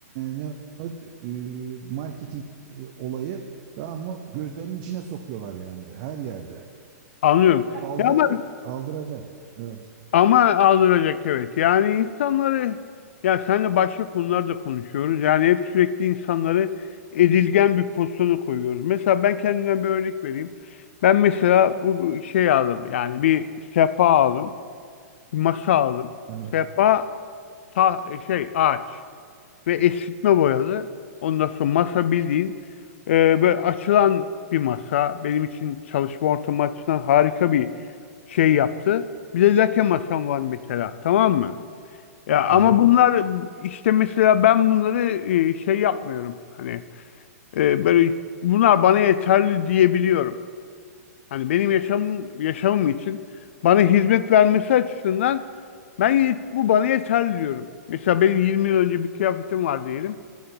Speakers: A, on the right (about 30°); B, on the left (about 50°).
A: ne o, e, marketing e, olayı Tamam mı? Gözlerinin içine sokuyorlar yani her yerde.
B: Anlıyorum.
A: O aldıracak,
B: Ya ama
A: aldıracak. Evet,
B: Ama aldıracak evet. Yani insanları ya seninle başka konularda konuşuyoruz. Yani hep sürekli insanları edilgen bir pozisyona koyuyoruz. Mesela ben kendimden bir örnek vereyim. Ben mesela bu bu şey aldım. Yani bir sehpa aldım. Bir masa aldım.
A: evet,
B: Sehpa ta şey ağaç ve esitme boyalı. Ondan sonra masa bildiğin e, böyle açılan bir masa. Benim için çalışma ortamı açısından harika bir şey yaptı. Bir de lake masam var mesela. Tamam mı? Ya ama
A: evet.
B: bunlar işte mesela ben bunları e, şey yapmıyorum. Hani e, böyle bunlar bana yeterli diyebiliyorum. Hani benim yaşamım yaşamım için bana hizmet vermesi açısından ben yet- bu bana yeterli diyorum. Mesela benim 20 yıl önce bir kıyafetim var diyelim.